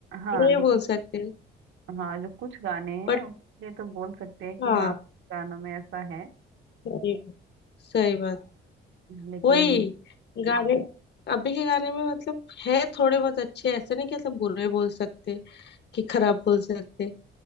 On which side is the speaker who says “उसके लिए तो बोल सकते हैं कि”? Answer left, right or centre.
Right